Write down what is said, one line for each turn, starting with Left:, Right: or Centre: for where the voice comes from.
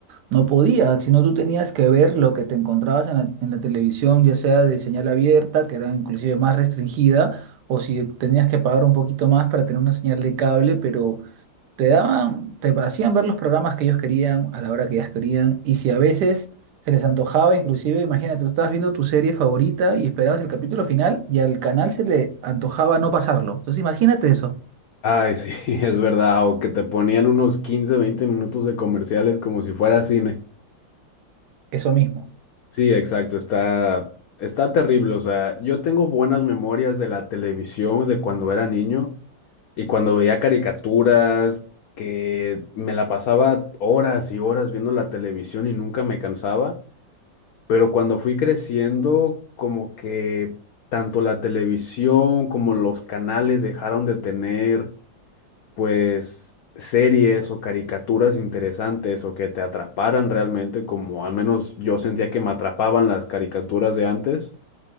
Right: no podía, sino tú tenías que ver lo que te encontrabas en la, en la televisión, ya sea de señal abierta, que era inclusive más restringida, o si tenías que pagar un poquito más para tener una señal de cable, pero te daban, te hacían ver los programas que ellos querían a la hora que ellas querían y si a veces se les antojaba, inclusive, imagínate, tú estabas viendo tu serie favorita y esperabas el capítulo final y al canal se le antojaba no pasarlo. Entonces imagínate eso,
Left: Ay, sí, <laughs> es verdad, o que te ponían unos 15 20 minutos de comerciales como si fuera cine.
Right: eso mismo.
Left: Sí, exacto, está, está terrible. O sea, yo tengo buenas memorias de la televisión de cuando era niño y cuando veía caricaturas, que me la pasaba horas y horas viendo la televisión y nunca me cansaba. Pero cuando fui creciendo, como que tanto la televisión como los canales dejaron de tener, pues, series o caricaturas interesantes o que te atraparan realmente, como al menos yo sentía que me atrapaban las caricaturas de antes